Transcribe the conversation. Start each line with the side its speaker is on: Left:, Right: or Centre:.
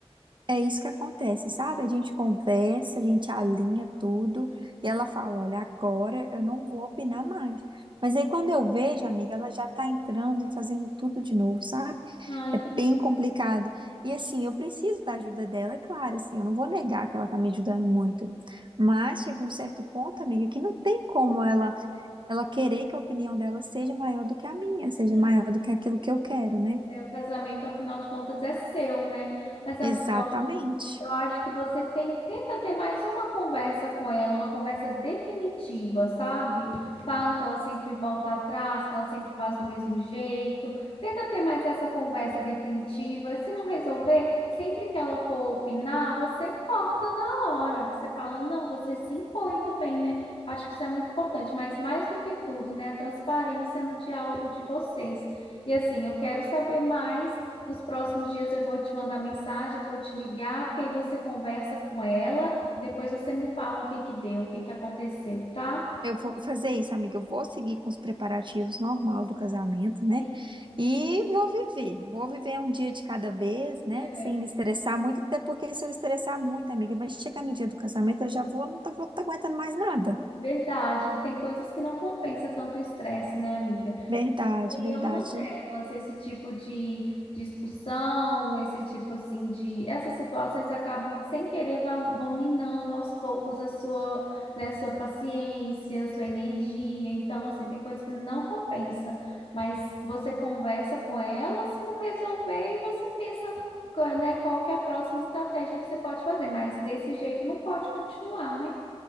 Right: É isso que acontece, sabe? A gente conversa, a gente alinha tudo e ela fala: Olha, agora eu não vou opinar mais. Mas aí quando eu vejo, amiga, ela já tá entrando e fazendo tudo de novo, sabe?
Left: Ah, entendi.
Right: É bem complicado. E assim, eu preciso da ajuda dela, é claro, assim, eu não vou negar que ela tá me ajudando muito. Mas chega um certo ponto, amiga, que não tem como ela, ela querer que a opinião dela seja maior do que a minha, seja
Left: É,
Right: maior do que aquilo que eu quero, né?
Left: é, o casamento, afinal de contas, é seu, né? Mas, amigo,
Right: Exatamente.
Left: Eu acho que você tem, tenta ter mais uma conversa com ela, uma conversa definitiva, sabe? Fala que ela sempre volta atrás, que ela sempre faz do mesmo jeito. Tenta ter mais essa conversa definitiva. Se não resolver, sempre que ela for opinar, você corta na hora. Você fala, não, você se impõe também, né? Acho que isso é muito importante, mas mais do que tudo, né? A transparência no diálogo de vocês. E assim, eu quero saber mais. Nos próximos dias eu vou te mandar mensagem, eu vou te ligar, porque aí você conversa com ela e depois você me fala o que que deu, o que que aconteceu, tá?
Right: Eu vou fazer isso, amiga. Eu vou seguir com os preparativos normal do casamento, né?
Left: E-
Right: E vou viver. Vou viver um dia de cada vez, né?
Left: É
Right: Sem me estressar muito, até porque se eu estressar muito, amiga, vai chegar no dia do casamento, eu já vou, não tá, vou tá aguentando mais nada.
Left: verdade, tem coisas que não compensa tanto o estresse, né, amiga?
Right: Verdade,
Left: é
Right: verdade.
Left: uma delas, esse tipo de discussão, esse tipo assim de, essas situações acabam sem querer vão, vão minando aos poucos a sua, né, sua paciência, sua energia. Então, assim, tem coisas que não compensa, mas você conversa com ela, se não resolver, e você pensa, qu- né, qual que é a próxima estratégia que você pode fazer, mas desse jeito não pode continuar, né?